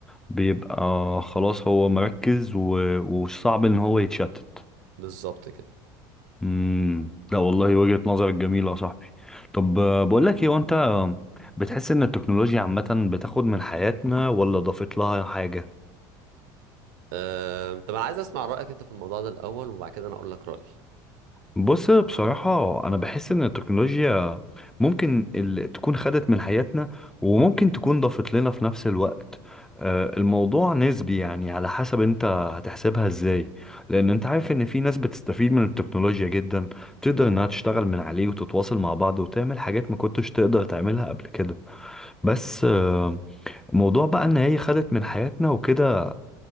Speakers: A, in the centre; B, on the right.
A: بيبقى خلاص هو مركز و- وصعب ان هو يتشتت
B: بالظبط كده
A: امم لا والله وجهة نظرك جميلة يا صاحبي طب آه، بقول لك ايه وانت بتحس ان التكنولوجيا عامة بتاخد من حياتنا ولا ضافت لها حاجة
B: آم، طب انا عايز اسمع رايك انت في الموضوع ده الاول وبعد كده انا اقول لك رايي
A: بص بصراحة أنا بحس إن التكنولوجيا ممكن ال- تكون خدت من حياتنا وممكن تكون ضافت لنا في نفس الوقت آه، الموضوع نسبي يعني على حسب أنت هتحسبها إزاي لأن أنت عارف إن في ناس بتستفيد من التكنولوجيا جدا تقدر إنها تشتغل من عليه وتتواصل مع بعض وتعمل حاجات ما كنتش تقدر تعملها قبل كده بس آه، موضوع بقى إن هي خدت من حياتنا وكده